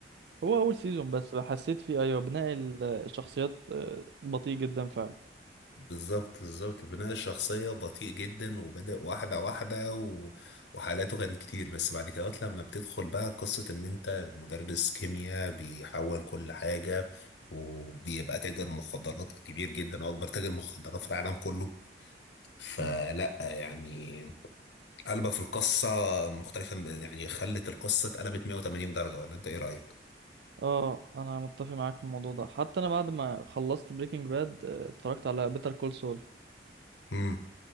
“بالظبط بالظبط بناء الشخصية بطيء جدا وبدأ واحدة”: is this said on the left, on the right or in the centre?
Left